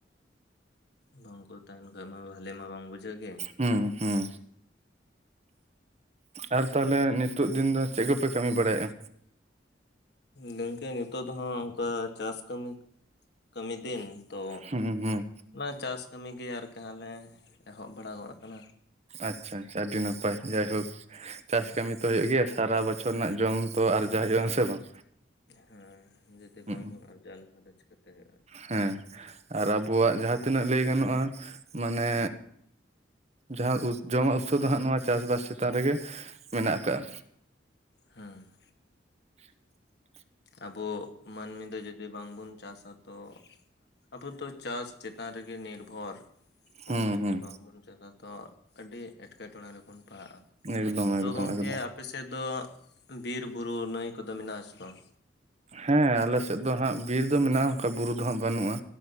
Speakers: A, on the left; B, on the right.
A: ᱵᱟᱝᱠᱚ ᱛᱟᱦᱮᱱ ᱠᱷᱟᱡ ᱢᱟ ᱵᱷᱟᱞᱮ ᱢᱟ ᱵᱟᱝ ᱵᱩᱡᱷᱟᱹᱜ ᱜᱮ
B: ᱦᱩᱸ ᱦᱩᱸ ᱟᱨ ᱛᱟᱦᱚᱞᱮ ᱱᱤᱛ ᱱᱤᱛᱜ ᱫᱤᱱ ᱫᱚ ᱪᱮᱫ ᱠᱚᱯᱮ ᱠᱟᱹᱢᱤ ᱵᱟᱲᱟᱭᱮᱫᱼᱟ᱾
A: ᱜᱚᱢᱠᱮ ᱱᱤᱛᱚᱜ ᱫᱚ ᱦᱟᱸᱜ ᱚᱱᱠᱟ ᱪᱟᱥ ᱠᱟᱹᱢᱤ ᱠᱟᱹᱢᱤ ᱫᱤᱱ᱾ ᱛᱚ
B: ᱦᱩᱸ ᱦᱩᱸ
A: ᱚᱱᱟ ᱪᱟᱥ ᱠᱟᱹᱢᱤ ᱜᱮ ᱟᱨᱠᱤ ᱦᱟᱸᱜ ᱞᱮ ᱮᱦᱚᱵ ᱵᱟᱲᱟ ᱜᱚᱫ ᱟᱠᱟᱱᱟ᱾
B: ᱟᱪᱪᱷᱟ ᱟᱪᱪᱷᱟ ᱟᱹᱰᱤ ᱱᱟᱯᱟᱭ ᱡᱟᱭᱦᱳᱠ᱾ ᱪᱟᱥ ᱠᱟᱹᱢᱤ ᱛᱚ ᱦᱩᱭᱩᱜ ᱜᱮᱭᱟ ᱥᱟᱨᱟ ᱵᱚᱪᱷᱚᱨ ᱨᱮᱱᱟᱜ ᱡᱚᱢ ᱛᱚ ᱟᱨᱡᱟᱣ ᱦᱩᱭᱩᱜᱼᱟ ᱥᱮ ᱵᱟᱝ᱾
A: ᱦᱮᱸ ᱡᱩᱫᱤ
B: ᱦᱩᱸ
A: ᱵᱟᱝᱵᱚᱱ ᱟᱨᱡᱟᱣ ᱞᱮᱠᱷᱟᱱ ᱫᱚ ᱪᱤᱠᱟᱹᱛᱮ ᱦᱩᱭᱩᱜᱼᱟ ᱟᱨᱠᱤ
B: ᱦᱮᱸ ᱟᱨ ᱟᱵᱚᱣᱟᱜ ᱡᱟᱦᱟᱸ ᱛᱤᱱᱟᱹᱜ ᱞᱟᱹᱭ ᱜᱟᱱᱚᱜᱼᱟ ᱢᱟᱱᱮ ᱡᱟᱦᱟᱸ ᱡᱚᱢᱟᱜ ᱩᱛᱥᱚ ᱫᱚ ᱦᱟᱸᱜ ᱱᱚᱣᱟ ᱪᱟᱥᱵᱟᱥ ᱪᱮᱛᱟᱱ ᱨᱮᱜᱮ ᱢᱮᱱᱟᱜ ᱟᱠᱟᱜ ᱟ᱾
A: ᱦᱮᱸ
B: <unintelligible>
A: ᱟᱵᱚ ᱢᱟᱹᱱᱢᱤ ᱫᱚ ᱡᱚᱫᱤ ᱵᱟᱝᱵᱩᱱ ᱪᱟᱥᱟ ᱛᱚ ᱟᱵᱚ ᱫᱚ ᱪᱟᱥ ᱪᱮᱛᱟᱱ ᱨᱮᱜᱮ ᱱᱤᱨᱵᱷᱚᱨ᱾ ᱦᱚᱸ
B: ᱦᱩᱸ
A: ᱡᱩᱫᱤ
B: ᱦᱩᱸ
A: ᱵᱟᱝ ᱵᱚᱱ ᱪᱟᱥᱟ ᱛᱚ ᱟᱹᱰᱤ ᱮᱴᱠᱮᱴᱚᱬᱮ ᱨᱮᱵᱚᱱ ᱯᱟᱲᱦᱟᱜᱼᱟ᱾
B: ᱮᱠᱫᱚᱢ
A: ᱛᱚ
B: ᱮᱠᱫᱚᱢ
A: ᱚᱢᱠᱮ
B: ᱮᱠᱫᱚᱢ
A: ᱟᱯᱮ ᱥᱮᱫ ᱫᱚ ᱵᱤᱨ ᱵᱩᱨᱩ ᱱᱟᱹᱭ ᱠᱚᱫᱚ ᱢᱮᱱᱟᱜ ᱟ ᱥᱮ ᱵᱟᱝ?
B: ᱦᱮᱸ ᱟᱞᱮᱥᱮᱫ ᱫᱚ ᱦᱟᱸᱜ ᱵᱤᱨ ᱫᱚ ᱢᱮᱱᱟᱜᱼᱟ, ᱚᱱᱠᱟ ᱵᱩᱨᱩ ᱫᱚ ᱦᱟᱸᱜ ᱵᱟᱹᱱᱩᱜᱼᱟ᱾